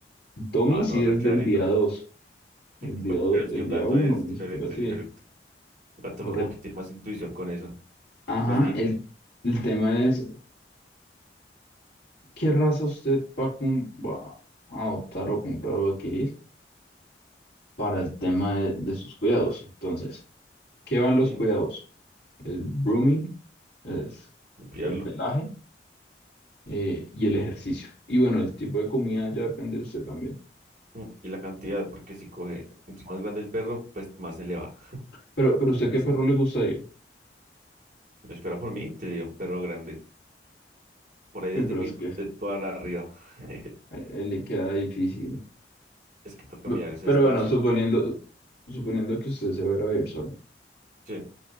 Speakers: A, on the left; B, on the right.
A: Tommy
B: Ah,
A: sí
B: no, re
A: es
B: clarito.
A: del día dos El
B: Bueno,
A: día, do-
B: es
A: el
B: que un
A: día
B: gato
A: uno
B: es
A: ni
B: diferente,
A: siquiera así
B: es diferente. Un gato
A: Correcto.
B: como que tiene más intuición con eso,
A: Ajá,
B: es más limpio.
A: el, el tema es, ¿qué raza usted va a, com- va a adoptar o comprar o adquirir para el tema de de sus cuidados? Entonces... ¿Qué van los
B: Mm,
A: cuidados? El grooming, es
B: limpiarlo.
A: el pelaje eh, y el ejercicio. Y bueno, el tipo de comida ya depende de usted también.
B: Mm, y la cantidad, porque si coge entre más grande el perro, pues más se le va.
A: Pero, pero ¿usted qué
B: Eso
A: perro
B: es,
A: le gustaría?
B: no, si fuera por mí, tendría un perro grande. Por ahí desde
A: Uy, pero
B: Pitbull
A: es que
B: de para arriba. <laughs>
A: a él le queda difícil.
B: Es que toca
A: B-
B: mirar ese
A: Pero
B: espacio.
A: bueno, suponiendo, suponiendo que usted se va a ir a vivir solo,
B: Sí,